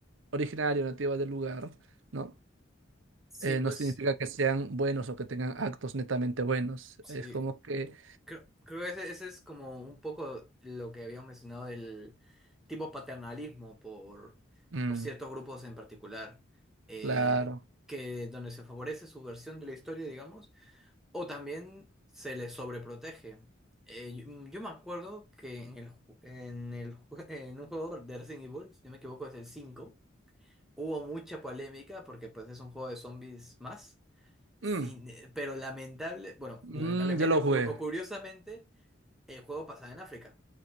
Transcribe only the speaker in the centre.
Sí,
pues,
sí.
Creo, creo que ese, ese es como un poco lo que habíamos mencionado del tipo paternalismo por,
por ciertos grupos en particular, eh,
que donde se favorece su versión de la historia, digamos, o también se les sobreprotege. Eh, yo, mm, yo me acuerdo que en el, ju- en el, ju- <laughs> en un juego de Resident Evil, si no me equivoco es el cinco hubo mucha polémica porque pues es un juego de zombies más, sin,
eh, pero lamentable, bueno,
lamentablemente
o
cu- o curiosamente el juego pasaba en África.